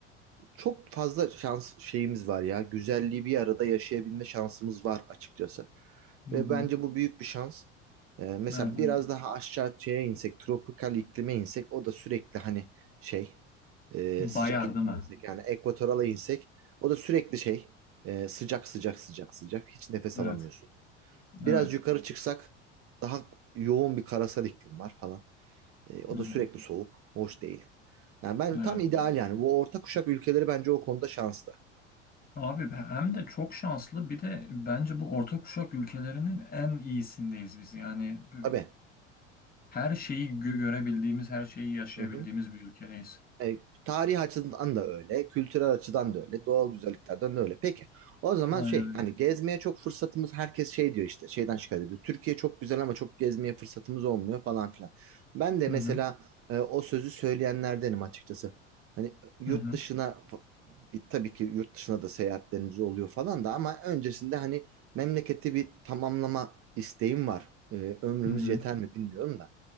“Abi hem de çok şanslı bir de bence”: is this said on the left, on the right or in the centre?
Left